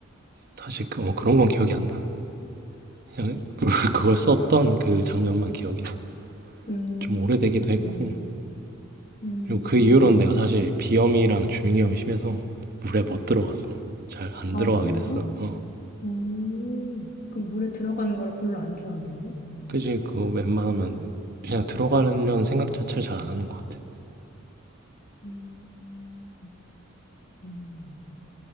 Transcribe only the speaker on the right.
사실 그, 어, 그런 건 기억이 안 나. 그냥 <laughs> 그걸 썼던 그 장면만 기억이 나.
좀 오래되기도
했고.
그리고 그 이후로는 내가 사실 비염이랑 주민염이 심해서 물에 못 들어갔어. 잘 안
들어가게
됐어. 어,
그지. 그거 웬만하면 그냥 들어가려는 생각 자체를 잘 안 하는 것 같아.